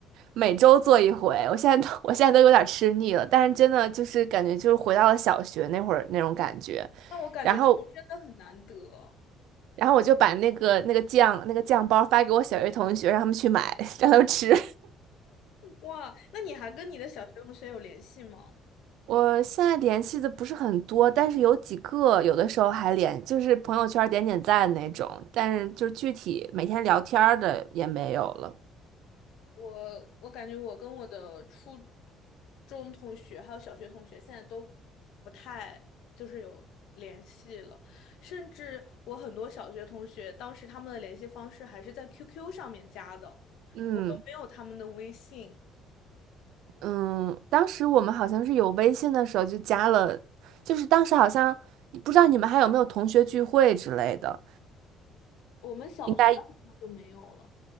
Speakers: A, on the right; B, on the left.
A: 每周做一回。我现在都我现在都有点吃腻了，但是真的就是感觉就是回到了小学那会儿那种感觉。
B: 那我感觉这种真的很难得。
A: 然后然后我就把那个那个酱那个酱包发给我小学同学，让他们去买，<laughs> 让他们吃。
B: 哇，那你还跟你的小学同学有联系吗？
A: 我现在联系的不是很多，但是有几个，有的时候还联，就是朋友圈儿点点赞那种，但是就是具体每天聊天儿的也没有了。
B: 我我感觉我跟我的初中同学还有小学同学现在都不太就是有联系了，甚至我很多小学同学当时他们的联系方式还是在 QQ 上面加的，
A: 嗯
B: 我都没有他们的微信。
A: 嗯，当时我们好像是有微信的时候就加了，就是当时好像不知道你们还有没有同学聚会之类的，
B: 我们小学好像就没有了。
A: 应该